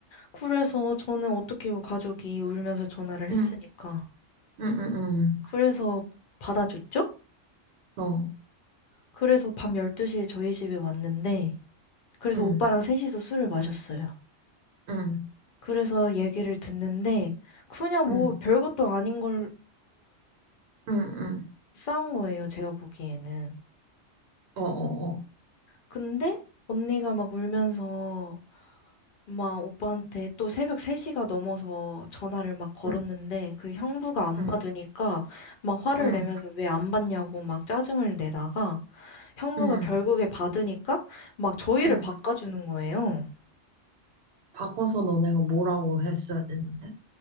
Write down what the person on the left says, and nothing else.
그래서 저는 어떻게 해요 가족이 울면서 전화를 했으니까
그래서 받아줬죠
그래서 밤 12시에 저희 집에 왔는데 그래서
오빠랑 셋이서 술을 마셨어요
그래서 얘기를 듣는데 그냥 뭐
별것도 아닌 걸로
싸운 거예요, 제가 보기에는.
근데 언니가 막 울면서 막 오빠한테 또 새벽 3시가 넘어서 전화를 막 걸었는데
그 형부가 안
받으니까 막 화를
내면서 왜 안 받냐고 막 짜증을 내다가 형부가
결국에 받으니까 막 저희를
바꿔주는 거예요.